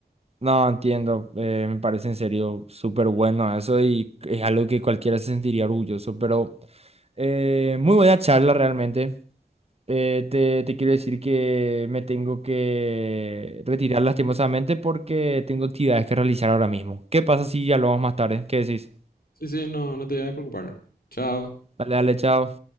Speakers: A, on the right (about 35°); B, on the left (about 55°).
A: No, entiendo, eh, me parece en serio súper bueno eso y es algo que cualquiera se sentiría orgulloso, pero eh, muy buena charla realmente. Eh, te, te quiero decir que me tengo que retirar lastimosamente porque tengo actividades que realizar ahora mismo. ¿Qué pasa si hablamos más tarde? ¿Qué decís?
B: Sí, sí, no, no te vayas a preocupar. Chao.
A: Dale, dale, chao.